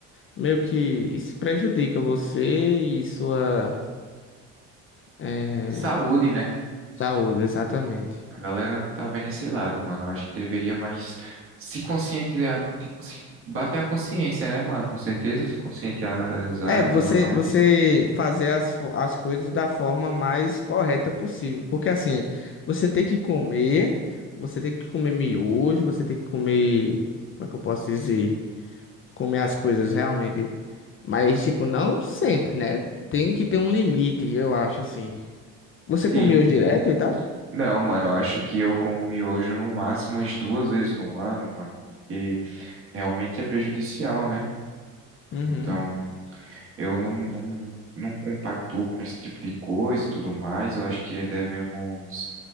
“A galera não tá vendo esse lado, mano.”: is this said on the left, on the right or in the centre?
Right